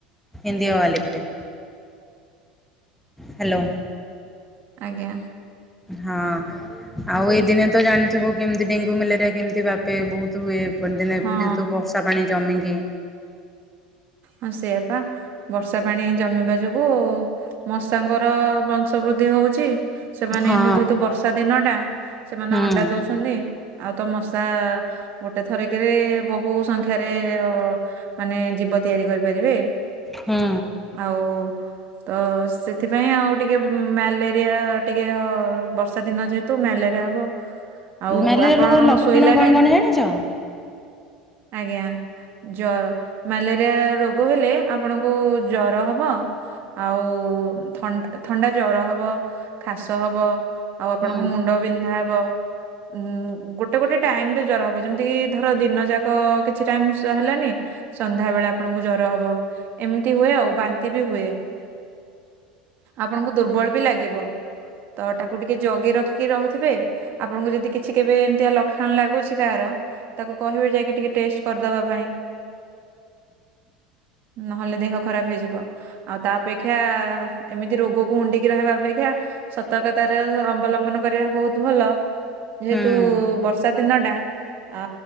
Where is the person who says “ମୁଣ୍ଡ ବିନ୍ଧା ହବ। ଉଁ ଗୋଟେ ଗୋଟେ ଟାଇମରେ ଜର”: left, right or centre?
Right